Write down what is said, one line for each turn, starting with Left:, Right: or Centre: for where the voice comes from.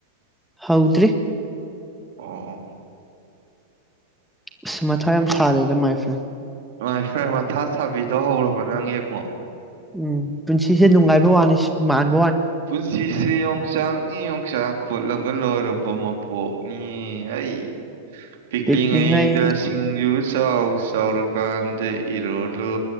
Centre: ꯍꯧꯗ꯭ꯔꯤ
Right: ꯑꯣ
Centre: ꯑꯁ ꯃꯊꯥ ꯌꯥꯝ ꯁꯥꯔꯦꯗ ꯃꯥꯏꯐꯁꯦ
Right: ꯅꯨꯡꯉꯥꯏꯈ꯭ꯔꯦ ꯃꯊꯥ ꯁꯥꯕꯤꯗꯣ ꯍꯧꯔꯕ ꯅꯪꯒꯤ ꯑꯃꯨꯛ
Centre: ꯎꯝ ꯄꯨꯟꯁꯤꯁꯦ ꯅꯨꯡꯉꯥꯏꯕ ꯋꯥꯅꯤ ꯁꯤꯟꯃꯥꯅꯤ
Right: ꯄꯨꯟꯁꯤꯁꯦ ꯌꯣꯡꯆꯥꯛꯅꯤ ꯌꯣꯡꯆꯥꯛ ꯈꯣꯠꯂꯒ ꯂꯣꯏꯔꯕ ꯃꯄꯣꯛ ꯎꯝ ꯍꯩ ꯄꯤꯛꯂꯤꯉꯩꯗ
Centre: ꯄꯤꯛꯂꯤꯉꯩ
Right: ꯁꯤꯡꯖꯨ ꯆꯥꯎ ꯆꯥꯎꯔꯀꯥꯟꯗ ꯏꯔꯣꯜꯂꯨ